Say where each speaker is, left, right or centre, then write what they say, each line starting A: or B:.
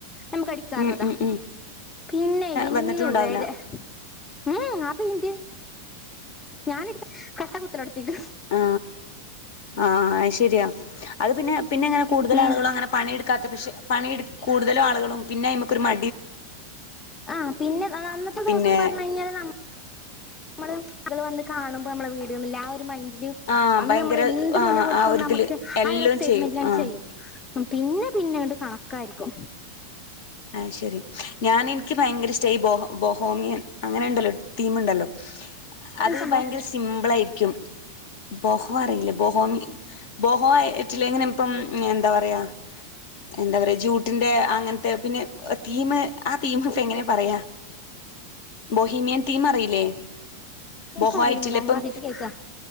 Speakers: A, on the left (about 15°); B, on the left (about 50°).
A: നമുക്ക് അടിക്കാറതാ
B: ഉം ഉം ഉം
A: പിന്നെ ഇന്ന
B: വന്നിട്ടും ഉണ്ടാവില്ല
A: വര ഉം ആ പെയിന്റ് ഞൻ ഇ കട്ട <unintelligible>
B: ആ ആ ശരിയാ അത് പിന്നെ പിന്നെ ഇങ്ങനെ കൂടുതൽ
A: ഉം
B: ആളുകളും അങ്ങനെ പണിയെടുക്കാത്ത പക്ഷെ പണിടു കൂടുതലും ആളുകളും പിന്നെ നമുക്ക ഒരു മ
A: ആഹ പിന്നെ അന്നത്തെ
B: പിന്നെ
A: ദിവസന്ന് പറഞ്ഞഞ് കഴിഞ്ഞാല് മ്മൾ വ കാണുമ്പോ നമ്മൾ വി <unintelligible> ആ ഒരു മ
B: ആഹ്
A: അന്ന്
B: ഭയങ്കര
A: നമ്മൾ എന്ത്
B: ആഹ്
A: വില കൊടുത്തും
B: ആ ഒരിതില്
A: നമുക്ക്
B: എല്ലോം
A: ആ ഒരു എക്സൈറ്റ്മെന്റിലാണ്
B: ചെയ്യും ആഹ്
A: ചെയ്യും പിന്നെ പിന്നെണ്ട് കണക്കായിരിക്കും
B: ആഹ ശരി ഞൻ എ എനിക്ക് ഭയങ്കര ഇഷ്ട ഈ ബൊഹോമിയൻ അങ്ങനെ ഉണ്ടല്ലോ തീം ഉണ്ടല്ലോ
A: അതെന്ത്
B: അത്
A: സംഭവം
B: ഭയങ്കര സിംപിൾ ആയിരിക്കും ബോഹോ അറിയില്ലേ ബഹോ ബോഹോ ആയിട്ടില്ലെങ്ങനെ ഇപ്പം എന്താ പറയാ എന്താ പറയാ ജൂട്ടിന്റെ അങ്ങന പിന്നെ തീം ആ തീം ഇപ്പ എങ്ങനെ പറയാ ബൊഹീനിയൻ തീം അറിയില്ലേ
A: എനിക്കറിയില്ലടാ
B: ബഹയിട്ടില്ല ഇപ്പം
A: ഞാൻ ആദ്യായിട്ട് കേൾക്കാ